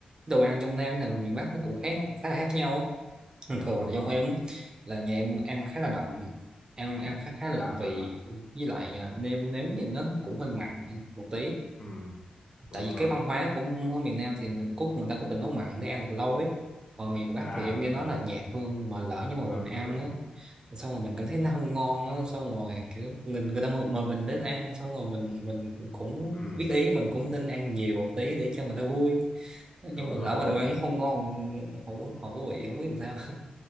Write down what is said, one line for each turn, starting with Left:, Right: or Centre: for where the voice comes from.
Right: đồ ăn trong Nam và miền Bắc nó cũng khác khá là khác nhau á. thường thường
Left: đúng
Right: là dân
Left: rồi
Right: em á, là nhà em ăn khá là đậm ăn ăn khá khá là
Left: à
Right: đậm vị với lại à, nêm nếm thì nó cũng hơi mặn một tí
Left: ừ, đúng
Right: tại vì
Left: rồi
Right: cái văn hóa của miền Nam thì mình cốt người ta có tình nấu mặn để ăn được lâu ấy còn miền Bắc
Left: à
Right: thì em nghe nói
Left: ừ,
Right: là nhạt hơn mà lỡ nhưng mà
Left: ờ,
Right: mình ăn
Left: đúng rồi
Right: á xong rồi mình cảm thấy nó không ngon á xong rồi kiểu người, người ta mà, mà mình đến ăn xong rồi mình mình cũng
Left: ừ,
Right: biết ý mình cũng nên ăn nhiều một tí để cho người ta vui nhưng
Left: đúng
Right: mà
Left: rồi
Right: lỡ
Left: đúng
Right: mà đồ ăn
Left: rồi
Right: nó không ngon hổ hổ vị không biết làm sao